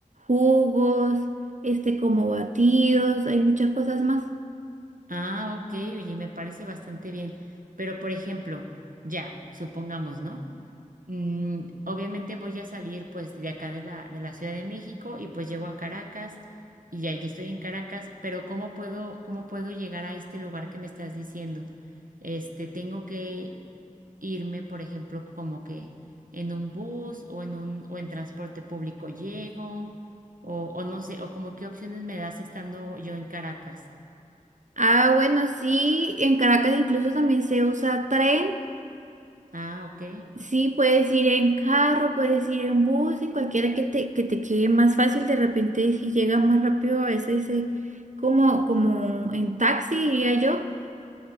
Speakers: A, on the right (about 65°); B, on the right (about 85°).
A: jugos, este como batidos, hay muchas cosas más.
B: Ah, ok, oye, me parece bastante bien. Pero, por ejemplo, ya, supongamos, ¿no? Mm, obviamente voy a salir pues de acá de la, de la Ciudad de México y pues llego a Caracas y ya, ya estoy en Caracas, pero ¿cómo puedo, cómo puedo llegar a este lugar que me estás diciendo? Este, tengo que irme, por ejemplo, como que en un bus o en un, o en transporte público llego, o, o no sé, o como qué opciones me das estando yo en Caracas.
A: Ah, bueno, sí, en Caracas incluso también se usa tren.
B: Ah, ok,
A: Sí, puedes ir en carro, puedes ir en bus, en cualquiera que te, que te quede más fácil. De repente, si llegas más rápido, a veces eh, como, como en taxi, diría yo,